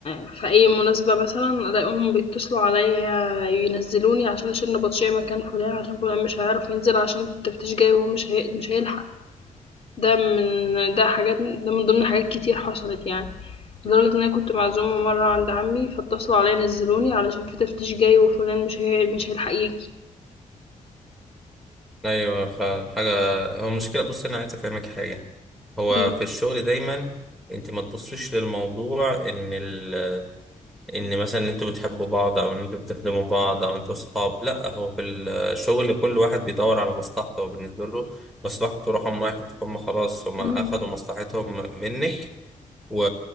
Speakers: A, on the left (about 45°); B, in the centre.
A: في اي مناسبه مثلا الاقيهم بيتصلوا عليا ينزلوني عشان اشيل نبطشيه مكان فلان عشان فلان مش هيعرف ينزل عشان في التفتيش جاي وهو مش هي... مش هيلحق ده من ده حاجات ده من ضمن حاجات كتير حصلت يعني لدرجة ان انا كنت معزومة مرة عند عمي فاتصلوا عليا نزلوني علشان في تفتيش جاي وفلان مش هي... مش هيلحق يجي
B: ايوه فعلا حاجه هو المشكله بص انا عايز افهمك حاجه هو
A: مم.
B: في الشغل دايما انت ما تبصيش للموضوع ان ال ان مثلا ان انتوا بتحبوا بعض او ان انتوا بتخدموا بعض او انتوا صحاب لا هو في الشغل كل واحد بيدور على مصلحته وبالنسبه له مصلحته رقم واحد فهم خلاص هم
A: مم.
B: اخدوا مصلحتهم منك و...